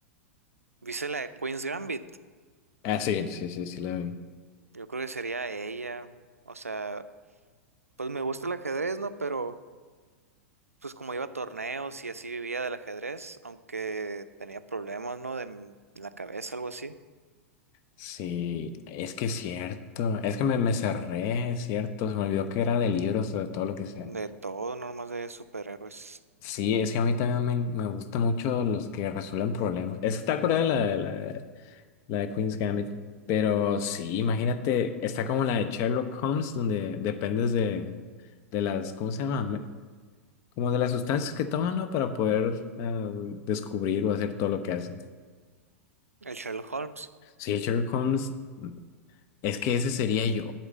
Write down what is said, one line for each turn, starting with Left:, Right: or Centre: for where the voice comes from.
Right: ¿viste la de Queen's Gambit?
Left: Ah, sí, sí, sí, sí, la vi.
Right: Yo creo que sería ella, o sea, pues me gusta el ajedrez, ¿no? Pero... pues como iba a torneos y así vivía del ajedrez, aunque tenía problemas, ¿no? De m- la cabeza, algo así.
Left: Sí, es que es cierto. Es que me, me cerré, es cierto. Se me olvidó que era de libros o de todo lo que sea.
Right: De todo, no más de superhéroes.
Left: Sí, es que a mí también me, me gustan mucho los que resuelven problemas. Es que está curada la, la, la de Queen's Gambit. Pero sí, imagínate, está como la de Sherlock Holmes, donde dependes de, de las, ¿cómo se llama? Me- Como de las sustancias que toman, ¿no? Para poder eh, descubrir o hacer todo lo que hacen.
Right: El Sherlock Holmes,
Left: Sí, Sherlock Holmes Es que ese sería yo.